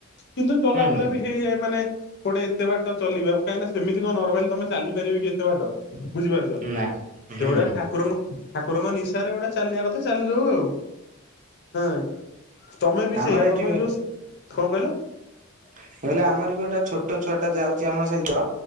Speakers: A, on the left (about 55°); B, on the right (about 35°).
A: କିନ୍ତୁ ଚଲାବୁଲା
B: ହୁଁ
A: ବି ହେଇଯାଏ ମାନେ ଗୋଟେ ଏତେ ବାଟ ଚଲିବା କାହିଁକି ନା ସେମିତି କଣ ନର୍ମାଲି ତମେ ଚାଲିପାରିବେ କି ଏତେ ବାଟ ବୁଝିପାରୁଛ।
B: ନା
A: ସେଗୁଡ଼ା
B: ହୁଁ
A: ଠାକୁରଙ୍କ ଠାକୁରଙ୍କ ନିଶାରେ ଗୋଟା ଚାଲିବା କଥା ଚାଲିଯାଉ ଆଉ। ହୁଁ ତମେ ବି
B: ଆମର
A: ସେଇଆ
B: ଏଠି
A: ତମେ ଯୋଉ କଣ କହିଲ?
B: ମୁଁ କହିଲି ଆମର ବି ଗୋଟେ ଛୋଟ ଛୁଆ ଟା ଯାଉଛି ଆମ ସହିତ